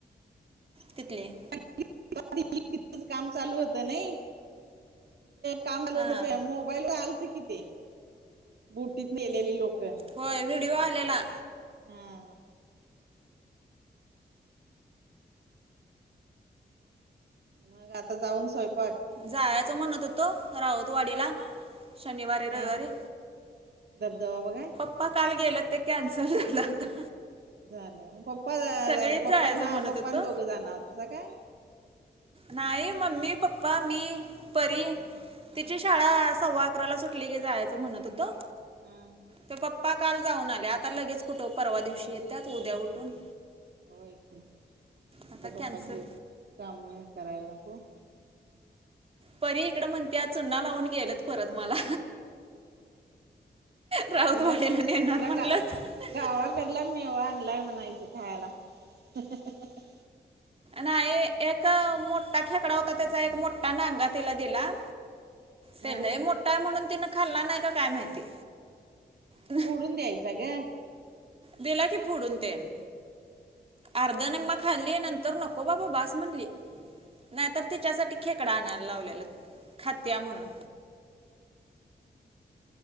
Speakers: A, on the right (about 35°); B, on the right (about 75°).
A: तिथले.
B: <unintelligible> काम चालू होत नाही. काम आल
A: हां
B: होत प मोबाईलवर आलत किथ बुटीत नेलेले लोक.
A: होय व्हिडिओ आलेला.
B: हा. मग आता जाऊन स्वयंपाक?
A: जायचं म्हणत होतो राहोत वाडीला शनिवारी रविवारी.
B: हा धबधबा बघय.
A: प काल गेलं ते कॅन्सल झालं आता.
B: झालं मग पप्पा
A: सगळेच
B: जाई पप्पा
A: जायचं
B: हा
A: म्हणत
B: पप्पा
A: होतो
B: दोघं जाणार तुझ काय?
A: नाही मम्मी, पप्पा, मी, परी
B: हा हा
A: तिची
B: हा
A: शाळा.
B: हा
A: सव्वा अकराला सुटली की जायचं म्हणत होतं.
B: हम्म.
A: ते पप्पा काल जाऊन आले आता लगेच कुठं परवा दिवशी येतात उद्या उठून.
B: होय कता
A: आता
B: पप्पांचे
A: कॅन्सल
B: काम करायला हो.
A: परी इकडं म्हणते चुन्ना लावून गेलेत परत मला. राऊतवाडीला
B: तुला
A: नेणार
B: तुला
A: म्हणलं
B: गा गावा को. म्ह मीव आणलाय म्हणा एक खायला. <unintelligible>
A: ना एक मोठा खेकडा होता त्याचा एक मोठा नंगा तिला दिला. तेलय
B: हा
A: मोठा आहे म्हणून तिनं खाल्ला नाही का काय माहिती. <unintelligible>
B: फोडून द्यायचं ग.
A: दिला की फुडून तन. अर्धनम्मा खाल्ली नंतर नको बाबा बास म्हणली. नाही तर तिच्यासाठी खेकडा आणायला लावलेला खात्या म्हणून.